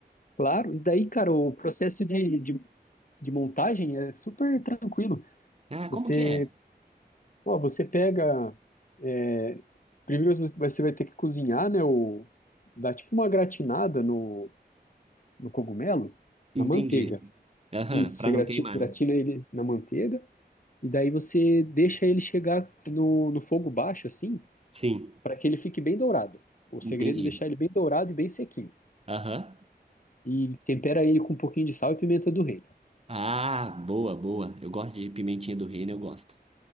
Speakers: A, on the left; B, on the right.
A: claro. E daí, cara, o processo de, de, de montagem é super tranquilo.
B: Ah,
A: Você,
B: como que é?
A: ó, você pega. é, primeiro você vai você vai ter que cozinhar, né? O, dá tipo uma gratinada no, no cogumelo,
B: Entendi.
A: na manteiga.
B: Aham,
A: Isso,
B: pra
A: você
B: não
A: grati-
B: queimar,
A: gratina
B: né?
A: ele na manteiga e daí você deixa ele chegar no, no fogo baixo, assim,
B: Sim,
A: para que ele fique bem dourado. O segredo
B: entendi.
A: é deixar ele bem dourado e bem sequinho.
B: Aham.
A: E tempera ele com um pouquinho de sal e pimenta do reino.
B: Ah, boa, boa. Eu gosto de pimentinha do reino, eu gosto.